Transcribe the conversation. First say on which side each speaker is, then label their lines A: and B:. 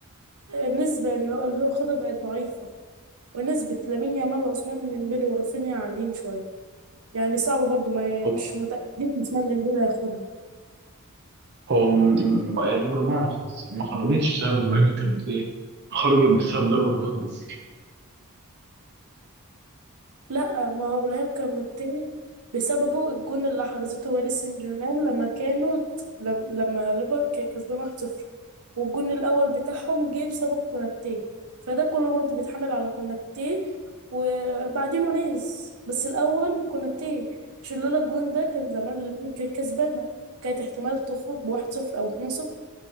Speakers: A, on the right; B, on the right.
A: النسبه ان هو اللي هو ياخدها بقت ضعيفه ونسبه لامين يامال وعثمان ديمبلي ورافينيا عاليين شويه يعني صعب برضو ما
B: هو
A: مش متاكدين عثمان ديمبلي هياخدها
B: هو م- م- ليفربول ما خلص- ما خرجتش بسبب إبراهيم كان خرجت بسبب ضربة جزاء
A: لا ما هو ابراهيم كان التاني بسببه الجون اللي حرزته باريس سان جيرمان لما كانوا لم- لما ليفر كان كسبان 1-0 والجون الاول بتاعهم جه بسبب كوناتي فده كله برضه بيتحمل على كوناتي وبعدين نونيز بس الاول كوناتي عشان لولا الجون ده كان زمان ليفر كانت كسبانه كانت احتمال تخرج بواحد صفر او 2-0